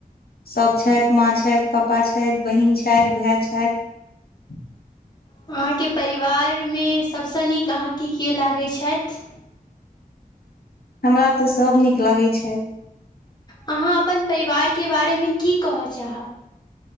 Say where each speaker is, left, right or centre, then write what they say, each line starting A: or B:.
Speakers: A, on the left; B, on the left.
A: सभ छथि। माँ छथि, पापा छथि, बहीन छथि, भाय छथि।
B: अहाँके परिवारमे सभसँ नीक अहाँके के लागै छथि?
A: हमरा तऽ सभ नीक लागै छथि।
B: अहाँ अपन परिवारके बारेमे की कहऽ चाहब?